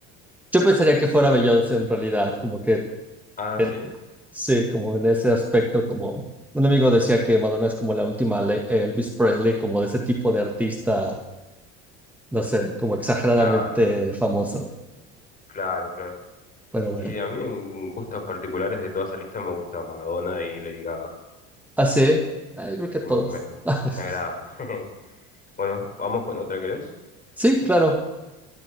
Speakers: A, in the centre; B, on the left.
A: yo pensaría que fuera Beyoncé en realidad, como que,
B: Ah,
A: en-
B: sí,
A: sí, como en ese aspecto, como un amigo decía que Madonna es como la última Le- Elvis Presley, como de ese tipo de artista, no sé, como exageradamente
B: claro,
A: famoso,
B: claro, claro.
A: pero bueno.
B: Y a mí en gustos particulares de toda esa lista me gusta Madonna y Lady Gaga.
A: Así, creo que todos.
B: Y me,
A: <laughs>
B: me agrada. <laughs> Bueno, vamos con otra, ¿querés?
A: Sí, claro.